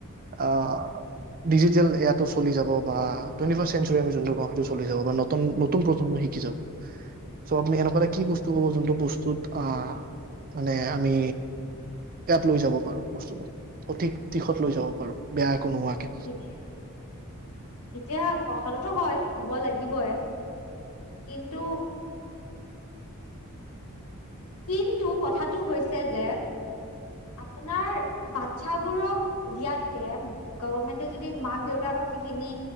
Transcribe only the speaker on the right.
আহ ডিজিটেল এয়াটো চলি যাব বা টুৱেন্টি ফৰ চেঞ্চুুৰী আমি যোনটো কও সেইটো চলি যাব বা নতুন প্ৰজন্মই শিকি যাব চ' আপুনি এনেকুৱা এটা কি বস্তু কব যোনটো বস্তুত আহ মানে আমি ইয়াত লৈ যাব পাৰো বস্তুটো সঠিক দিশত লৈ যাব পাৰো বেয়া একো নোহোৱাকে